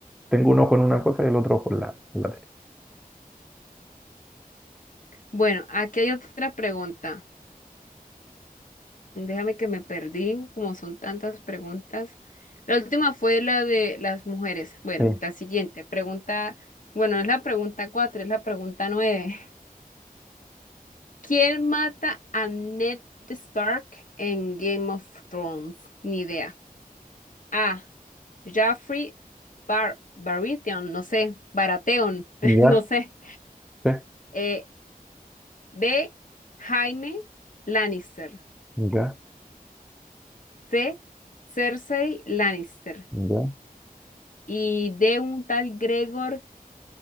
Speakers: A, in the centre; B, on the left (about 60°).
A: tengo un ojo en una cosa y el otro ojo en la, en la tele.
B: Bueno, aquí hay otra pregunta. Déjame que me perdí, como son tantas preguntas. La última fue la de las mujeres. Bueno,
A: Sí.
B: la siguiente pregunta. Bueno, no es la pregunta cuatro, es la pregunta nueve. ¿Quién mata a Ned Stark en Game of Thrones? Ni idea. A. Jaffrey Bar Baratheon, no sé, Baratheon,
A: Ya,
B: <laughs> no sé.
A: ya,
B: Eh, B. Jaime Lannister.
A: sí, ya,
B: C. Cersei Lannister.
A: ya.
B: Y D. Un tal Gregor